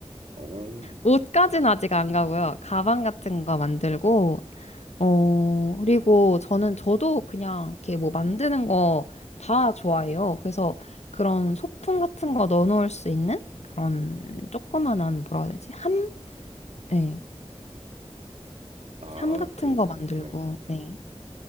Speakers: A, on the right (about 80°); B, on the left (about 90°).
A: 어,
B: 옷까지는 아직 안 가고요. 가방 같은 거 만들고 어 그리고 저는 저도 그냥 이렇게 뭐 만드는 거 다 좋아해요. 그래서 그런 소품 같은 거 넣어놓을 수 있는 그런 조그만한 뭐라 해야 되지? 함? 네.
A: 아,
B: 함 같은
A: 그 약간
B: 거 만들고
A: 네.
B: 네.